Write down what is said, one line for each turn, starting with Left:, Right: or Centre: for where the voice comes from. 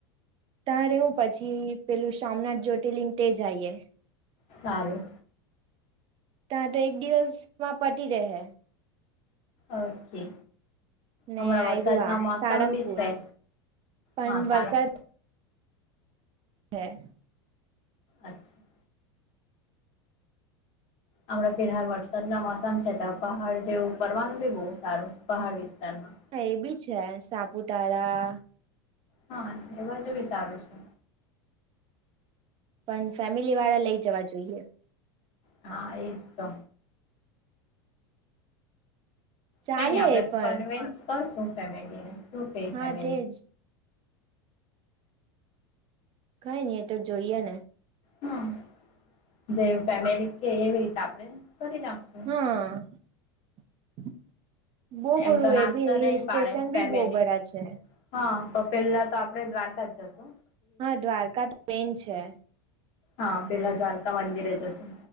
Right: તારે હું પછી પેલું સોમનાથ જ્યોતિલિંગ તે જઈએ
Left: સારું
Right: ત્યાં તો એક દિવસ માં પટી રહે
Left: ઓકે
Right: ને
Left: હમણાં
Right: આયરુ
Left: વરસાદ
Right: આ
Left: મા મોસમ
Right: સાળંગપુર
Left: ભી છે
Right: પણ
Left: હા સારા
Right: વરસાદ <unintelligible>
Left: અચ્છા હમણાં ફિરહાલ વરસાદના મોસમ છે તો પહાડ જેવું ફરવાનું બી બહુ સારું પહાડ વિસ્તારમાં
Right: હ એ બી છે સાપુતારા
Left: હા એ બાજુ બી સારું છે.
Right: પણ ફેમિલી વાળા લઈ જવા જોઈએ
Left: હા એજ તો
Right: ચાલે
Left: કઈ ન આપણે
Right: પણ
Left: કન્વિન્સ કરશું ફેમિલીને શું ક
Right: હા
Left: ફેમ
Right: તેજ કઈ નઈ એ તો જોઈએ ને
Left: હા જેવી ફેમિલી કે એવી રીતે આપણે કરી નાખશું
Right: હ બહ બધું
Left: એમ તો ના
Right: એ બી
Left: તો
Right: હિલ
Left: નહી
Right: સ્ટેશન
Left: પાડે
Right: બી
Left: ફેમિલી
Right: બહુ બધા છે.
Left: હા તો પેલા તો આપડે દ્વારકા જ જશુ
Right: હા દ્વારકા તો મેન છે.
Left: હા પેલા દ્વારકા મંદિરે જ જાસુ